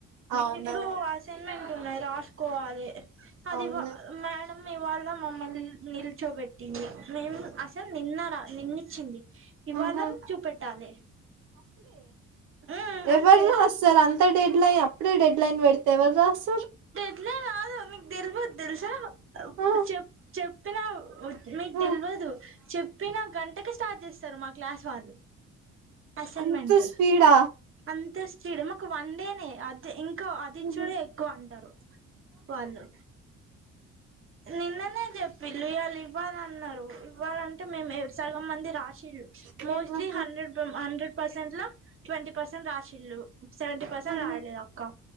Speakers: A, on the right; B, on the right.
A: అవునా
B: ఇప్పుడు అసైన్మెంట్ ఉన్నాయి రాసుకోవాలి అది
A: అవునా
B: మేడం మేము వాళ్ళం మమ్మల్ని నిల్చోబెట్టింది మేము అ నిన్న రా నిన్ని చింది ఇవాళ
A: ఆహా
B: చూపెట్టాలి ఉమ్
A: ఎవర్
B: అంతే
A: రాస్తార్ అంత డెడ్లె ప్పుడే డెడ్లైన్ పెడి తె ఎవర్రాస్తారు
B: ఇదే కాదు మీకు తెల్వద్ తెలుసా <unintelligible>
A: ఆ
B: చెప్ చెప్ <unintelligible> మీకు
A: ఆ
B: తెల్వదు చెప్పిన గంటకి స్టార్ట్ చేస్తారు మాక్ క్లాస్ వాళ్ళు అసైన్మెంట్
A: అంత స్పీడా
B: అంత్ స్టేడియం ఒక వన్ డేనే అదే ఇంక
A: ఆహా
B: చూడు ఎక్కువ అంటరు వాళ్ళు నిన్ననే చెప్పిల్లు ఇయాళ్ళ ఇవ్వాలన్నరు ఇవ్వాలంటే మేము సగం మంది రాశిళ్ళు
A: ఆహా
B: మోస్ట్లీ హండ్రెడ్ హండ్రెడ్ పర్సెంట్లో ట్వంటీ పర్సెంట్ రాసిళ్ళు సెవెంటీ పర్సెంట్
A: ఆహా
B: రాయలేదు ఒక్క